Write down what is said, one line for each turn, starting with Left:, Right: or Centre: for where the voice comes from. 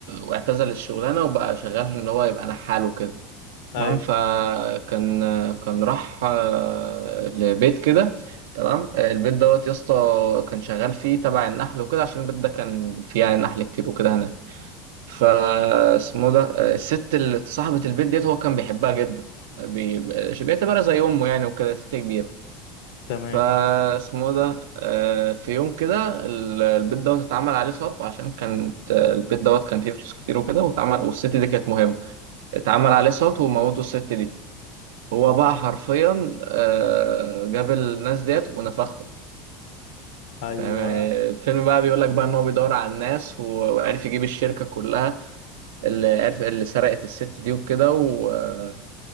Right: واعتزل الشغلانة وبقى شغال في إن هو يبقى نحال وكده
Left: أيوه
Right: تمام فكان كان راح آه، لبيت كده تمام البيت دوت يا اسطى كان شغال فيه تبع النحل وكده عشان البيت ده كان فيه يعني نحل كتير وكده هناك فاسمه ده آه، الست اللي صاحبة البيت ديت هو كان بيحبها جدا بي... بيعتبرها زي أمه يعني وكده ست كبيرة
Left: تمام
Right: فاسمه ده آه، في يوم كده ال- البيت دوت اتعمل عليه سطو عشان كانت آه، البيت دوت كان فيه فلوس كتير وكده واتعمل والست دي كانت مهمة اتعمل عليه سطو وموتوا الست دي هو بقى حرفيا آه، جاب الناس ديت ونفخهم
Left: أيوه
Right: فاهم؟ الفيلم بقى بيقول لك بقى ان هو بيدور على الناس و- وعرف يجيب الشركة كلها اللي عرف اللي سرقت الست دي وكده وبقى